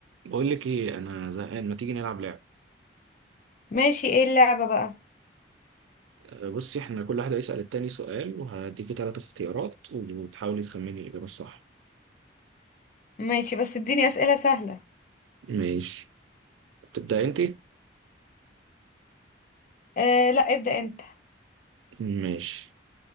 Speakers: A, on the right (about 80°); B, on the left (about 45°).
A: بقول لك ايه انا زهقان ما تيجي نلعب لعب
B: ماشي ايه اللعبة بقى
A: أه، بصي احنا كل واحد هيسأل التاني سؤال وهديكي ثلاث اختيارات وتحاولي تخمني الاجابه الصح
B: ماشي بس اديني اسئلة سهلة
A: ماشي تبدأ انت
B: آه لا ابدأ انت
A: ماشي